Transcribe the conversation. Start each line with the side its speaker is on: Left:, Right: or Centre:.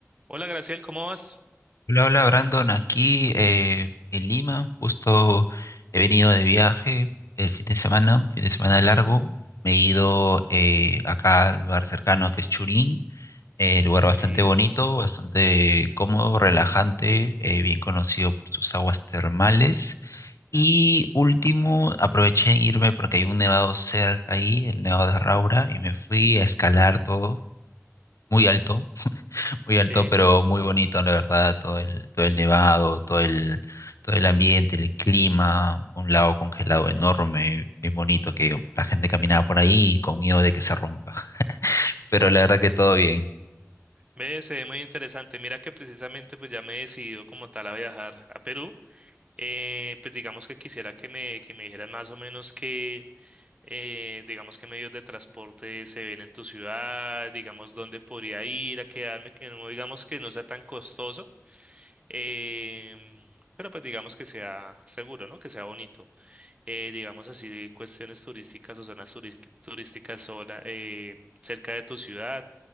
Right: Hola, Graciel, ¿cómo vas?
Left: Hola, hola Brandon, aquí eh, en Lima, justo he venido de viaje el fin de semana, fin de semana largo, me he ido eh, acá al lugar cercano que es Churín, eh, lugar
Right: Sí,
Left: bastante bonito, bastante cómodo, relajante, eh, bien conocido por sus aguas termales. Y último, aproveché en irme porque hay un nevado cerca ahí, el Nevado de Raura, y me fui a escalar todo, muy alto muy
Right: sí.
Left: alto, pero muy bonito, la verdad, todo el, todo el nevado, todo el, todo el ambiente, el clima, un lago congelado enorme, bien bonito, que la gente caminaba por ahí con miedo de que se rompa. <laughs> Pero
Right: Ah,
Left: la verdad que todo bien.
Right: ve, se ve muy interesante. Mira que precisamente pues ya me he decidido como tal a viajar a Perú. Eh, pues digamos que quisiera que me, que me dijeras más o menos qué, eh, digamos qué medios de transporte se ven en tu ciudad, digamos dónde podría ir a quedarme, que no digamos que no sea tan costoso, em, pero pues digamos que sea seguro, ¿no? Que sea bonito. eh, digamos así, cuestiones turísticas o zonas turis- turísticas sola, eh, cerca de tu ciudad